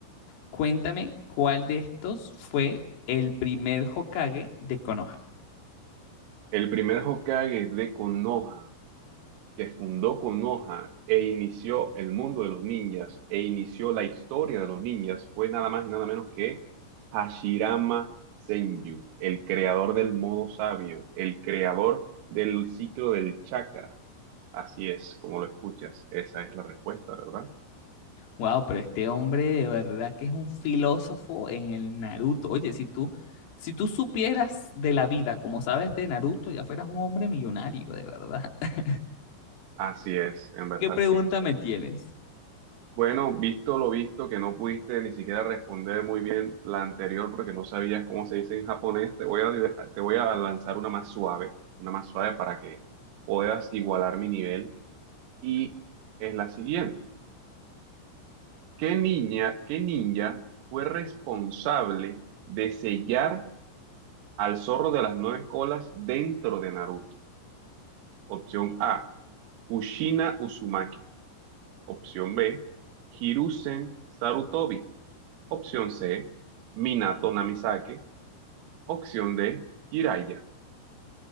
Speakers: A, on the left; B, on the right.
A: Cuéntame cuál de estos fue el primer Hokage de Konoha.
B: El primer Hokage de Konoha, que fundó Konoha e inició el mundo de los ninjas, e inició la historia de los ninjas, fue nada más y nada menos que Hashirama Senju, el creador del modo sabio, el creador del ciclo del chakra. Así es, como lo escuchas, esa es la respuesta, ¿verdad?
A: Wow, pero este hombre de verdad que es un filósofo en el Naruto. Oye, si tú, si tú supieras de la vida, como sabes de Naruto, ya fueras un hombre millonario, de verdad. <laughs>
B: Así es, en verdad
A: ¿Qué pregunta
B: sí.
A: me tienes?
B: Bueno, visto lo visto, que no pudiste ni siquiera responder muy bien la anterior porque no sabías cómo se dice en japonés, te voy a, te voy a lanzar una más suave, una más suave para que puedas igualar mi nivel. Y es la siguiente. ¿Qué niña, qué ninja fue responsable de sellar al zorro de las nueve colas dentro de Naruto? Opción A, Kushina Uzumaki. Opción B, Hiruzen Sarutobi. Opción C, Minato Namisake. Opción D, Jiraiya.